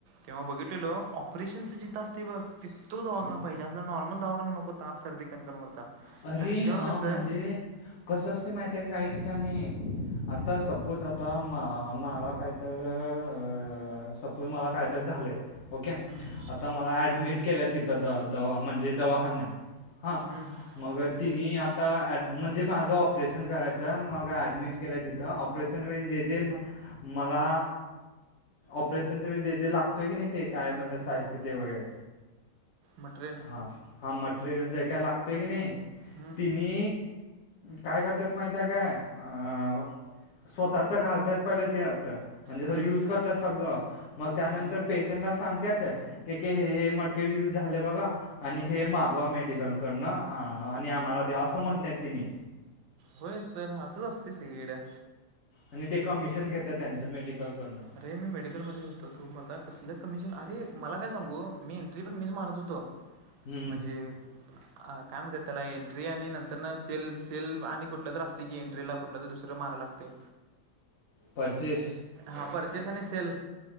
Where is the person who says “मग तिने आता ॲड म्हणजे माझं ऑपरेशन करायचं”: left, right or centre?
Left